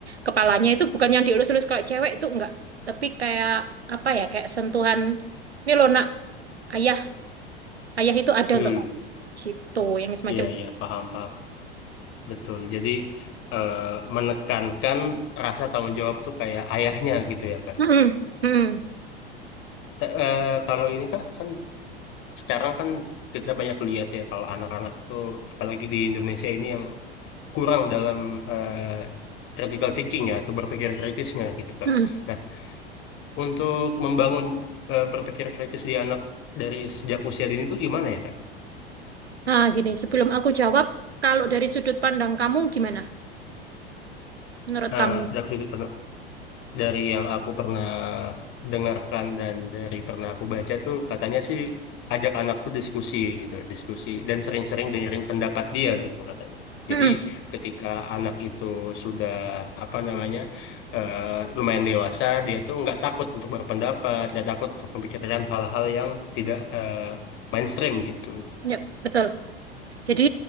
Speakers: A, on the right; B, on the left.
A: kepalanya itu bukan yang dielus-elus kalau cewek itu enggak. Tapi kayak apa ya, kayak sentuhan. Ini loh nak, ayah, ayah itu ada
B: Hmm,
A: untuk kamu. Gitu, yang semacam
B: iya,
A: gitu.
B: iya, paham, paham. Betul. Jadi, eh, menekankan rasa tanggung jawab tuh kayak ayahnya gitu ya, Kak.
A: Mm-mm, mm-mm,
B: Te- eh, kalau ini, Kak, kan sekarang kan kita banyak lihat ya kalau anak-anak tuh, apalagi di Indonesia ini yang kurang dalam eh, critical thinking ya atau berpikir kritisnya gitu Kak.
A: mm-mm.
B: Nah, untuk membangun eh, berpikir kritis di anak dari sejak usia dini itu gimana ya Kak?
A: Nah, gini, sebelum aku jawab, kalau dari sudut pandang kamu gimana? Menurut
B: Eh,
A: kamu?
B: sejak sudut dari yang aku pernah dengarkan dan dari pernah aku baca tuh katanya sih ajak anak tuh diskusi gitu, diskusi dan sering-sering dengerin pendapat dia gitu katanya. Jadi
A: Mm-mm,
B: ketika anak itu sudah apa namanya eh, lumayan dewasa, dia tuh nggak takut untuk berpendapat, nggak takut untuk memikirkan hal-hal yang tidak eh, mainstream gitu.
A: yep, betul. Jadi